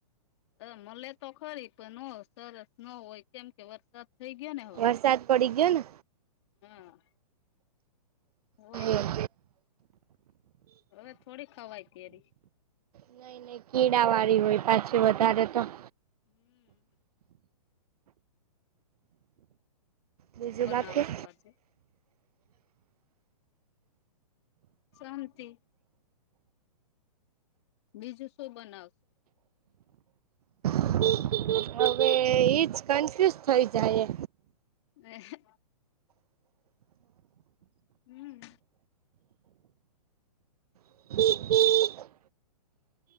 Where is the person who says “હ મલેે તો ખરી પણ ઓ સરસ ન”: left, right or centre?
Left